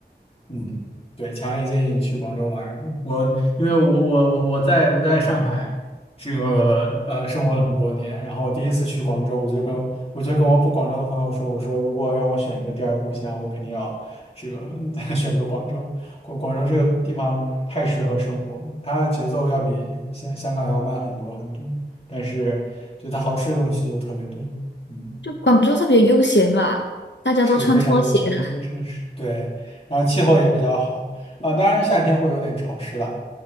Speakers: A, on the left; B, on the left.
A: 嗯，对，强烈建议你去广州玩儿我因为我我我我在我在上海，这个呃生活了很多年，然后我第一次去广州，我就跟我就跟我不广州的朋友说，我说如果让我选一个第二故乡，我肯定要这个 <laughs> 选择广州。广广州这个地方太适合生活，它节奏要比香香港要慢很多很多，但是就它好吃的东西又特别多。嗯。
B: 就广州特别悠闲吧，大家都穿拖鞋的。
A: 是非常悠闲的一个城市，对，然后气候也比较好啊，当然夏天会有点潮湿了，